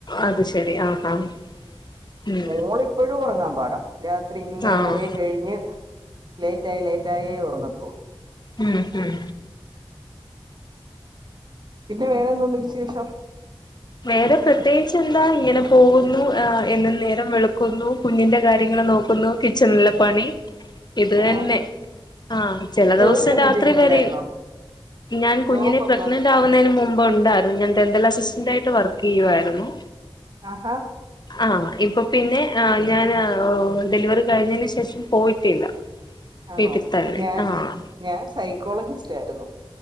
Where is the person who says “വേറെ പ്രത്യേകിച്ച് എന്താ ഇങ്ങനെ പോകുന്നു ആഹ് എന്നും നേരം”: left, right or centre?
Left